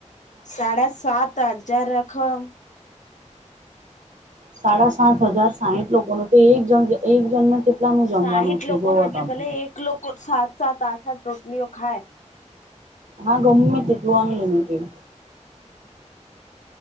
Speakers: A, on the left; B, on the right.
A: સાડા સાત હજાર રખમ
B: સાડા સાત હજાર સાહીઠ લોકોનું તો એક જણ એક જણને કેટલાનું જમવાનું
A: સાહીઠ
B: થયું
A: લોકોનું
B: જોવો
A: એટલે
B: તમે.
A: ભલે એક લોકો સાત સાત આઠ હત રોટલીઓ ખાય
B: હા ગમેં તેમ ગઆન limited.